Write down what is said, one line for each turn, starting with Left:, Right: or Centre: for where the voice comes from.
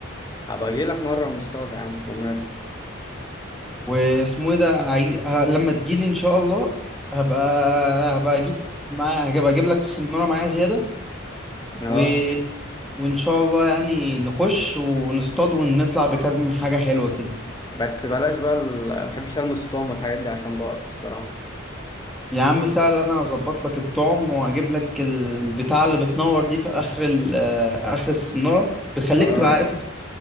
Left: هبقى اجي لك مره ونصطاد يا عم ومال
Centre: واسمه إيه ده عاي... ه- لما تجيلي إن شاء الله هبقى هبقى أجيب معايا هبقى أجيب لك السنارة معايا زيادة
Left: اه
Centre: و... وإن شاء الله يعني نخش ونصطاد ونطلع بكذا حاجة حلوة كده
Left: بس بلاش بقى ال- ما بحبش المس الطعم والحاجات دي عشان بقرف الصراحه
Centre: يا عم سهل أنا هظبط لك الطعم وأجيب لك البتاعة اللي بتنور دي في آخر ال آه، آخر السنارة بتخليك
Left: اه
Centre: تبقى عارف